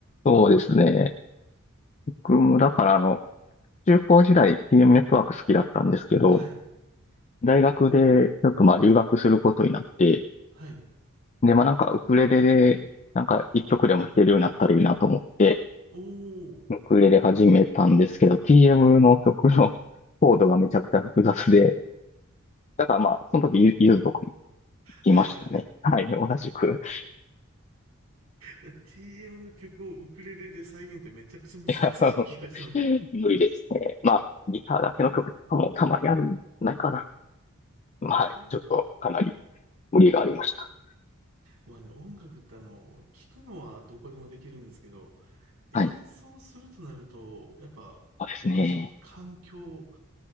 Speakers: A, on the left; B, on the right.
A: そうですね。僕も、だから、あの、中高時代 TM ネットワーク好きだったんですけど、
B: はい、
A: 大学で、ちょっとまあ、留学することになって、
B: はい。
A: で、まあ、なんか、ウクレレで、なんか、一曲でも弾けるようになったらいいなと思って、
B: おお、
A: ウクレレ始めたんですけど、TM の曲のコードがめちゃくちゃ複雑で、だからまあ、その時、ゆずとかいましたね。
B: はい、はい、はい。
A: はい、同じく。
B: いや、TM の曲をウクレレで再現ってめちゃくちゃ難しい気がします。
A: いや、<laughs> あの無理ですね。まあ、ギターだけの曲とかもたまにあるんじゃないかな。
B: え
A: はい、ちょっとかなり無理がありました。
B: まあね、音楽ってあの、聞くのはどこでもできるんですけど、演奏するとなると、
A: はい、
B: やっぱ場所、
A: そうですね。
B: 環境、